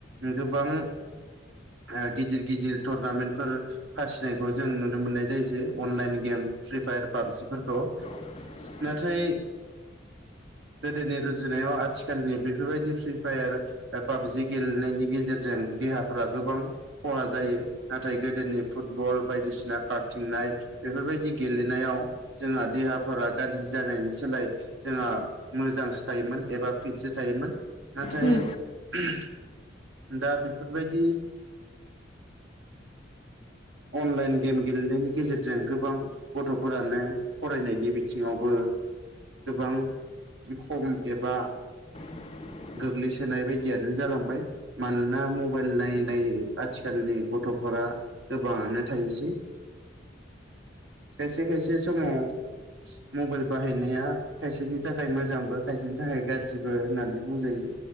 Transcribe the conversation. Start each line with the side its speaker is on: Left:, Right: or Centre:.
Right: गोबां ओ गिदिर गिदिर टुरनामेन्टफोर फाथिनायखौ जों नुनो मोननाय जायोसै अनलाइन गेम फ्रि फायार पाबजिफोरखौ।
Left: <inaudible>
Right: नाथाय गोदोनि रुजुनायाव आथिखाल खालनि बेफोरबायदि फ्रि फायार पाबजि गेलेनायनि गेजेरजों देहाफोरा गोबां खहा जायो नाथाय गोदोनि फुटबल बायदिसिना खारथिंनाय बेफोरबायदि गेलेनायाव जोंहा देहाफोरा गाज्रि जानायनि सोलाय जोंहा मोजां सोथायोमोन एबा फिटसो थायोमोन नाथाय
Left: उम
Right: ओम दा बेफोरबायदि अनलाइन गेम गेलेनायनि गेजेरजों गोबां गथ'फोरानो फरायनायनि बिथिङावबो गोबां खम एबा
Left: <inaudible>
Right: गोग्लैसोनाय बायदियानो जालांबाय मानोना मबाइल नायै नायै आथिखालनि गथ'फोरा फ्रा गोबाङानो थायोसै खायसे खायसे समाव मबाइल बाहायनाया खायसेनि थाखाय मोजांबो खायसेनि थाखाय गाज्रिबो होननानै बुंजायो